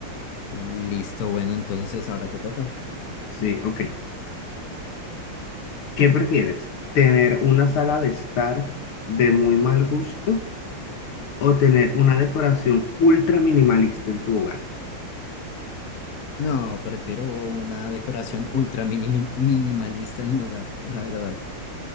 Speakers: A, on the left; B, on the left.
A: Listo, bueno, entonces ahora te toca.
B: Sí, ok. ¿Qué prefieres? ¿Tener una sala de estar de muy mal gusto o tener una decoración ultra minimalista en tu hogar?
A: No, prefiero una decoración ultra minimi- minimalista en mi hogar, la verdad.